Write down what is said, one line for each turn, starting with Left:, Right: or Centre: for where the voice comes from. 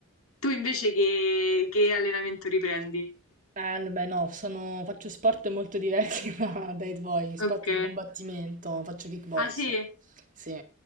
Left: Tu invece che, che allenamento riprendi?
Right: Eh, beh, no, sono- faccio sport molto diversi <laughs> da- dai tuoi, sport
Left: Ok.
Right: di combattimento, faccio kickbox,
Left: Ah sì?
Right: sì,